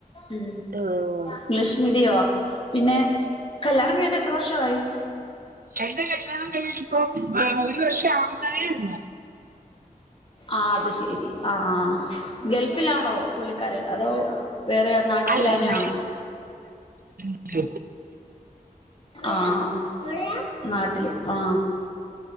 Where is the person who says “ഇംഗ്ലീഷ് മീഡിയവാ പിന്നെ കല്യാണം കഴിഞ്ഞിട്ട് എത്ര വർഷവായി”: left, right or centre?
Left